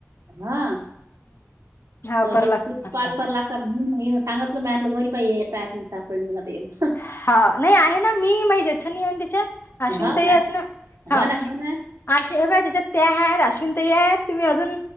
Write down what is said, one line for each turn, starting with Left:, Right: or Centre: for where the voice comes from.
Right: हा
Left: हा
Right: तर
Left: कराव
Right: हे
Left: लागतात
Right: तीस
Left: पाच
Right: पाल
Left: पाच
Right: कर लागतात म्हणून ये सांगतलं मलं बरी बाई येतात त
Left: हा नाही आहे ना मी माझ जेठणी आहे तिच्यात अश्विनंत
Right: हो का
Left: येत ना ह
Right: हो ना हो ना
Left: अश बा त्याच्यात त्या आहेत अश्विंत आहेतेत तुम्ही अजून